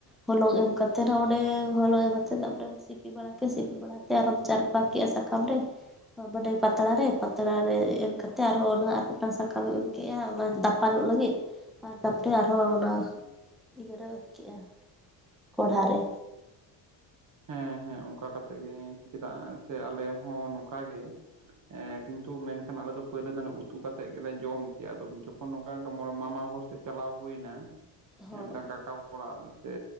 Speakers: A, in the centre; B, on the right.
A: ᱦᱚᱞᱚᱝ ᱮᱢ ᱠᱟᱛᱮᱫ ᱚᱸᱰᱮ ᱦᱚᱞᱚᱝ ᱮᱢ ᱠᱟᱛᱮᱫ ᱛᱟᱨᱯᱚᱨᱮ ᱥᱤᱯᱤ ᱵᱟᱲᱟ ᱠᱮᱫᱮ ᱥᱤᱯᱤ ᱵᱟᱲᱟ ᱟᱨᱚᱢ ᱪᱟᱨᱯᱟ ᱠᱮᱜᱼᱟ ᱥᱟᱠᱟᱢ ᱨᱮ ᱢᱟᱱᱮ ᱯᱟᱛᱲᱟ ᱨᱮ ᱯᱟᱛᱲᱟ ᱨᱮ ᱮᱢ ᱠᱟᱛᱮ ᱟᱨᱦᱚᱸ ᱚᱱᱟ ᱟᱨ ᱢᱮᱫᱴᱟᱝ ᱥᱟᱠᱟᱢ ᱨᱮ ᱮᱢ ᱠᱮᱜ-ᱟ ᱚᱱᱟ ᱫᱟᱯᱟᱞᱚᱜ ᱞᱟᱹᱜᱤᱫ ᱟᱨ ᱛᱟᱯᱚᱨᱮ ᱟᱨᱦᱚᱸ ᱚᱱᱟ ᱤᱭᱟᱹᱨᱮ ᱠᱮᱜ-ᱟ ᱠᱚᱲᱦᱟ ᱨᱮ
B: ᱦᱮᱸ ᱦᱮᱸ ᱚᱱᱠᱟ ᱠᱟᱛᱮᱫ ᱜᱮ ᱪᱮᱫᱟᱜ ᱥᱮ ᱟᱞᱮ ᱦᱚᱸ ᱱᱚᱝᱠᱟ ᱜᱮ ᱮᱸ ᱠᱤᱱᱛᱩ ᱢᱮᱱᱠᱷᱟᱱ ᱟᱞᱮ ᱫᱚ ᱯᱳᱭᱞᱳ ᱫᱚᱞᱮ ᱩᱛᱩ ᱠᱟᱛᱮᱜ ᱜᱮᱞᱮ ᱡᱚᱢ ᱠᱮᱜᱼᱟ ᱟᱫᱚ ᱡᱚᱠᱷᱚᱱ ᱱᱚᱝᱠᱟ ᱢᱚᱬᱮ ᱢᱟᱢᱟ ᱦᱚᱲ ᱥᱮᱫ ᱪᱟᱞᱟᱣ ᱦᱩᱭᱱᱟ
A: ᱦᱳᱭ
B: ᱮᱸ ᱢᱤᱫᱴᱟᱝ ᱠᱟᱠᱟ ᱦᱚᱲᱟᱜ ᱥᱮ